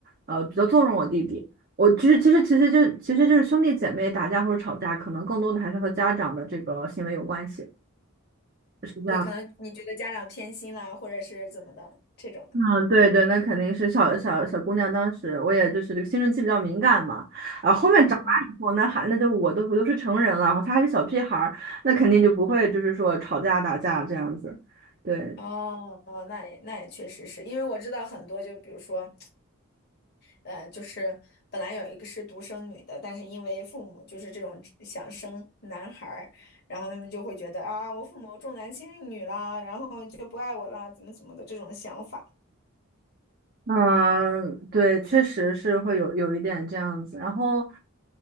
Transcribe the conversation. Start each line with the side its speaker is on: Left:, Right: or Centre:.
Right: 呃比较纵容我弟弟。我其实其实其实就其实就是兄弟姐妹打架或者吵架，可能更多的还是和家长的这个行为有关系，是这样。
Left: 对，可能你觉得家长偏心啦，或者是怎么的这种的。
Right: 嗯，对对，那肯定是小小小姑娘。当时我也就是这个青春期比较敏感嘛，啊，后面长大以后，
Left: 嗯嗯，
Right: 那还那就我都我都是成人了，然后他还是小屁孩儿，那肯定就不会就是说吵架打架这样子。对，
Left: 哦哦，那也那也确实是因为我知道很多，就比如说，呃，就是本来有一个是独生女的，但是因为父母就是这种想生男孩儿，然后他们就会觉得啊，我父母重男轻女了，然后就不爱我了，怎么怎么的这种想法。
Right: 嗯，对，确实是会有有一点这样子。然后